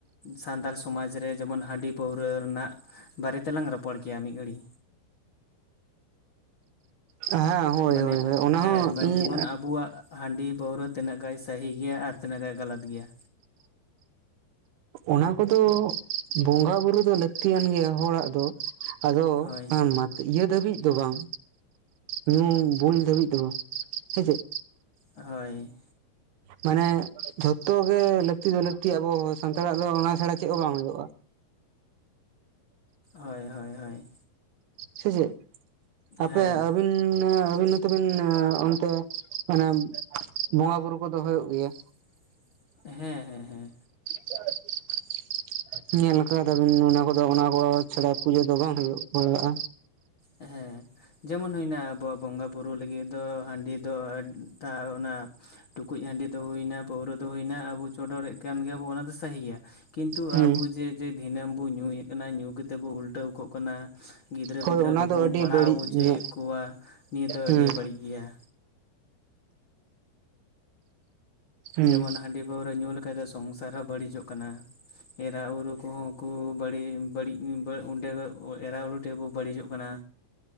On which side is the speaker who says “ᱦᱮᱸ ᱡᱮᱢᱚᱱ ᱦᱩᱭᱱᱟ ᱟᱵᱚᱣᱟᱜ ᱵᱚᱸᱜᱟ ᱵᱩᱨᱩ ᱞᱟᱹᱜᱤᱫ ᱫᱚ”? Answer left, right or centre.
Left